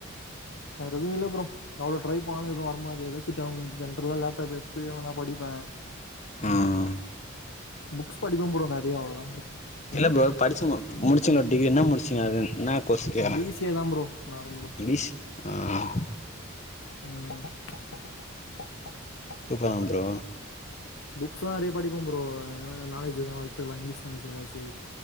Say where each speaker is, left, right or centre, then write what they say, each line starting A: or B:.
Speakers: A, on the left (about 70°); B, on the left (about 35°).
A: வேற எதுவு இல்ல ப்ரோ எவ்ளோ ட்ரை பண்ணாலு எதுவு வரமாட்டேது எதாச்சு டாம் ஜென்ரல்லா லேப்டாப் எத்து வேணா படிப்ப
B: ம்
A: புக்ஸ் படிப்பே ப்ரோ நெறைய அவ்ளோதா ப்ரோ
B: இல்ல
A: ம்
B: ப்ரோ படிச்சு மு முடிச்சிங்கல்ல டிகி என்ன முடிச்சிங்க என்ன கோர்ஸ் கேக்கறே
A: பி சி ஏ தா ப்ரோ நார்மலா
B: ம்பிஷ் ஆ
A: ம்
B: கூப்டுறாங்க ப்ரோ
A: புக்ஸ்லா நெறைய படிப்போம் ப்ரோ, ஏன்னா நாலஜ்லாம் வளத்துக்கலா இங்கிலீஷ் நாலேஜ் எதாச்சு